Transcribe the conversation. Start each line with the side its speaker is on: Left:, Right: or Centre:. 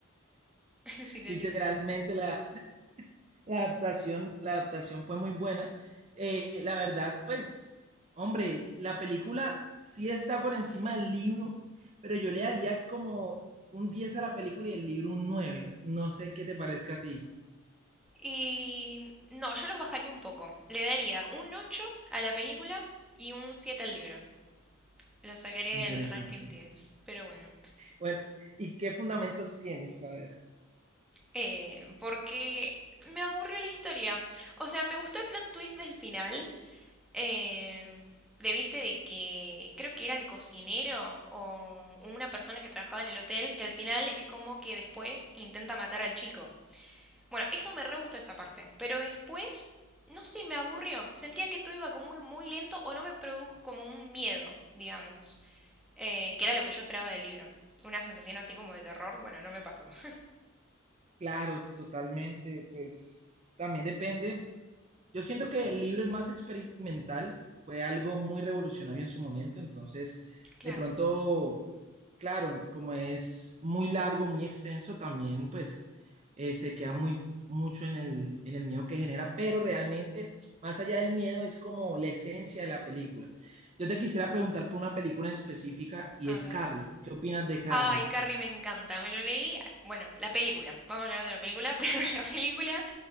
Centre: <laughs> si te
Right: Literalmente
Centre: soy sincera.
Right: la, la adaptación, la adaptación fue muy buena. Eh, la verdad, pues, hombre, la película sí está por encima del libro, pero yo le daría como un 10 a la película y el libro un nueve No sé qué te parezca a ti.
Centre: Y no, yo los bajaría un poco. Le daría un 8 a la película y un 7 al libro. Lo sacaría
Right: Interesante.
Centre: del ranking diez Pero bueno.
Right: Bueno, ¿y qué fundamentos tienes, Faber?
Centre: Eh, porque me aburrió la historia. O sea, me gustó el plot twist del final. Eh, de viste de que creo que era el cocinero o una persona que trabajaba en el hotel, que al final es como que después intenta matar al chico. Bueno, eso me re gustó esa parte. Pero después, no sé, me aburrió. Sentía que todo iba como muy, muy lento o no me produjo como un miedo, digamos. Eh, que era lo que yo esperaba del libro. Una sensación así como de terror, bueno, no me pasó. <laughs>
Right: Claro, totalmente, pues también depende. Yo siento que el libro es más experimental, fue algo muy revolucionario en su momento, entonces
Centre: Claro.
Right: de pronto, claro, como es muy largo, muy extenso, también pues eh, se queda muy mucho en el, en el miedo que genera, pero realmente más allá del miedo es como la esencia de la película. Yo te quisiera preguntar por una película en específica y
Centre: A
Right: es
Centre: ver.
Right: Carrie. ¿Qué opinas de Carrie?
Centre: Ay, Carrie me encanta, me lo leí. Bueno, la película, vamos a hablar de la película, <laughs> pero la película,